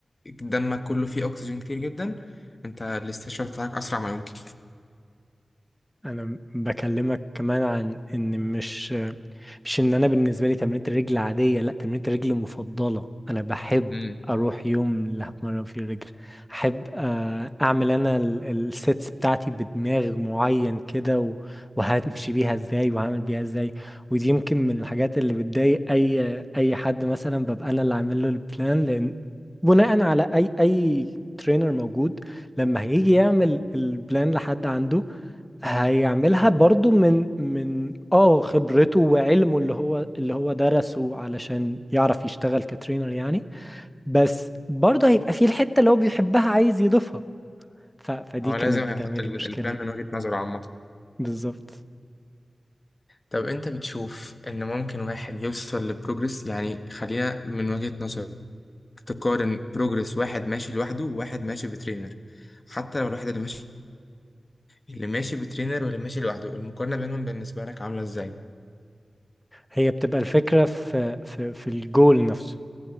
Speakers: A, on the left; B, in the centre.
A: دمك كله فيه اكسجين كتير جدا انت الاستشفاء بتاعك اسرع ما يمكن
B: انا بكلمك كمان عن ان مش مش ان انا بالنسبه لي تمرينة الرجل عاديه لا تمرينة الرجل مفضله انا بحب
A: امم
B: اروح يوم اللي هتمرن فيه الرجل احب آه، اعمل انا ال- السيتس بتاعتي بدماغ معين كده و- وهمشي بيها ازاي وهعمل بيها ازاي ودي يمكن من الحاجات اللي بتضايق اي اي حد مثلا ببقى انا اللي عامل له البلان لان بناء على اي اي ترينر موجود لما هيجي يعمل البلان لحد عنده هيعملها برضو من من اه خبرته وعلمه اللي هو اللي هو درسه علشان يعرف يشتغل كترينر يعني بس برضو هيبقى فيه الحتة اللي هو بيحبها عايز يضيفها ف... فدي
A: هو
B: كانت
A: لازم
B: بتعمل
A: يحط ال-
B: لي مشكلة
A: البلان من وجهة نظره عامة
B: بالظبط
A: طب انت بتشوف ان ممكن واحد يوصل لبروجرس يعني خلينا من وجهة نظرك تقارن بروجرس واحد ماشي لوحده وواحد ماشي بترينر حتى لو الواحد اللي ماشي اللي ماشي بترينر واللي ماشي لوحده المقارنة بينهم بالنسبة لك عاملة ازاي
B: هي بتبقى الفكرة في في في الجول نفسه